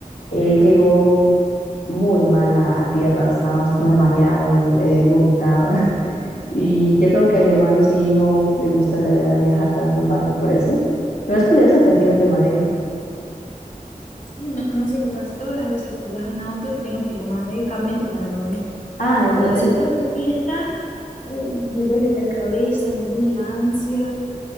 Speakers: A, on the left; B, on the left.
A: él llegó muy mal a, a tierra, estaba súper mareado, eh, vomitaba. <laughs> Y yo creo que a mi hermano sí no le gusta la idea de viajar tanto en barco por eso. Pero es curioso que a ti no te mareen.
B: sí, no, no sé qué pasa. Todas las veces que viajo en auto tengo que tomar medicamento para dormir.
A: Ah, eso,
B: Porque
A: eso,
B: si estoy de fiesta, uh, me duele la cabeza, me viene la ansia,